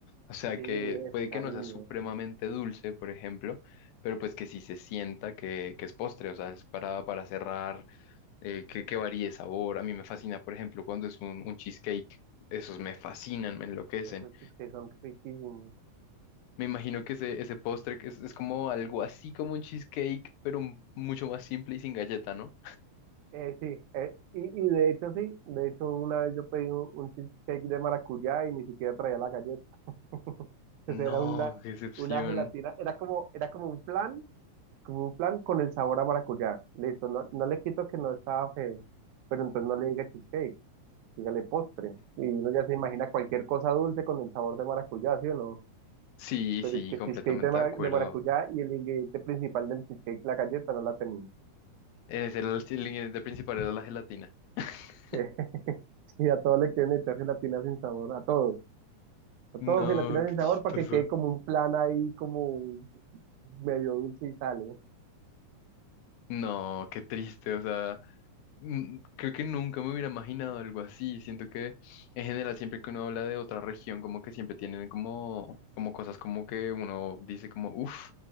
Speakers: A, on the left; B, on the right.
A: O sea,
B: Sí,
A: que
B: es
A: puede
B: cariño.
A: que no sea supremamente dulce, por ejemplo, pero pues que sí se sienta que, que es postre, o sea, es para, para cerrar. eh, que, que varíe sabor. A mí me fascina, por ejemplo, cuando es un, un cheesecake. Esos me fascinan, me enloquecen.
B: Esos chisques son riquísimos.
A: Me imagino que ese, ese postre que es, es como algo así como un cheesecake, pero m- mucho más simple y sin galleta, ¿no?
B: Eh, sí, eh, y, y de hecho sí, de hecho una vez yo pedí un, un cheesecake de maracuyá y ni siquiera traía la galleta. <laughs> Entonces
A: No,
B: era una,
A: qué excepción.
B: una gelatina, era como, era como un flan, como un flan con el sabor a maracuyá. Listo, no, no le quito que no estaba feo, pero entonces no le diga cheesecake, dígale postre. Y uno ya se imagina cualquier cosa dulce con el sabor de maracuyá, ¿sí o no?
A: Sí,
B: Pero
A: sí,
B: es que
A: completamente
B: cheesecake de, ma-
A: de acuerdo.
B: de maracuyá y el ingrediente principal del cheesecake, la galleta, no la tenía.
A: Es el, el ingrediente principal era la gelatina. <laughs>
B: <laughs> Sí, a todos le quieren meter gelatina sin sabor, a todos. A
A: No,
B: todos gelatina sin
A: qué
B: sabor
A: chistoso.
B: para que quede como un plan ahí, como medio dulce y sale.
A: No, qué triste, o sea. Mm, Creo que nunca me hubiera imaginado algo así. Siento que en general siempre que uno habla de otra región, como que siempre tienen como, como cosas como que uno dice como, uff,